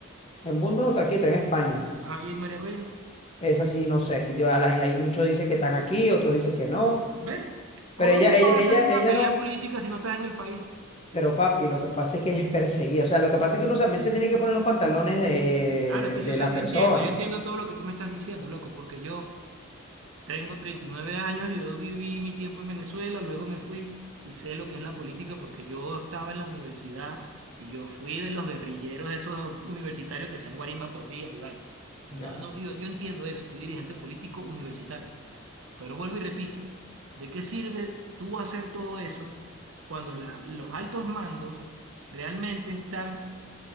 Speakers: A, on the left; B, on the right.
A: En mundo no está aquí, está en España.
B: Ajá, ¿y María Corina?
A: Es así, no sé. Yo,
B: Ajá.
A: a la gen- hay muchos dicen que están aquí, otros dicen que no.
B: ¿Ves?
A: Pero
B: ¿Cómo
A: ella,
B: tú
A: ella,
B: vas a
A: ella,
B: hacer una
A: ella
B: pelea
A: no.
B: política si no estás en el país?
A: Pero papi, lo que pasa es que ella es perseguida. O sea, lo que pasa es que uno también se tiene que poner los pantalones de, de-
B: Claro, es que
A: de-
B: yo
A: de
B: sé,
A: la
B: yo
A: persona.
B: entiendo, yo entiendo todo lo que tú me estás diciendo, loco, porque yo tengo 39 años, y yo viví mi tiempo en Venezuela, luego me fui y sé lo que es la política porque yo estaba en la universidad y yo fui de los guerrilleros, de esos universitarios que hacían guarimba por días y vaina. O sea,
A: Ya.
B: no, no, yo, yo entiendo eso, fui dirigente político universitario. Pero vuelvo y repito, ¿de qué sirve tú hacer todo eso cuando la- los altos mandos realmente están,